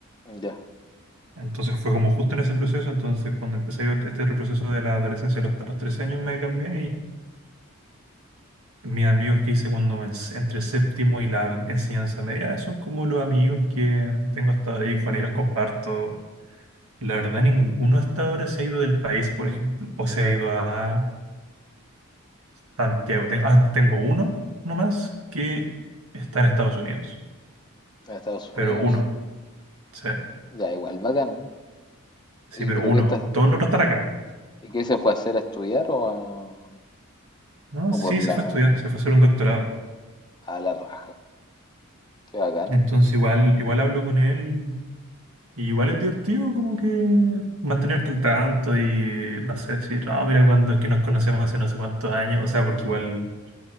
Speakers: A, on the left (about 20°); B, on the right (about 75°).
A: ya.
B: Entonces fue como justo en ese proceso, entonces cuando empecé yo este este proceso de la adolescencia a los, a los 13 años me cambié mis amigos que hice cuando me ens- entre séptimo y la enseñanza media, son como los amigos que tengo hasta ahora y con ellos comparto. La verdad, ninguno hasta ahora se ha ido del país, por ejemplo, o se ha ido a Santiago. Ten- ah, tengo uno nomás que está en Estados Unidos,
A: En Estados
B: pero
A: Unidos.
B: uno, sí,
A: Ya, igual, bacán.
B: sí,
A: ¿Y
B: pero
A: pero
B: uno.
A: qué estás,
B: Todos los otros están acá.
A: y qué se fue a hacer a estudiar o a,
B: No,
A: o
B: sí,
A: por
B: se
A: la
B: fue a estudiar, se fue a hacer un doctorado.
A: a la raja? Qué bacán.
B: Entonces igual, igual hablo con él Y igual es divertido como que mantenerte al tanto y no sé, decir, ah, mira cuando es que nos conocemos hace no sé cuántos años, o sea, porque igual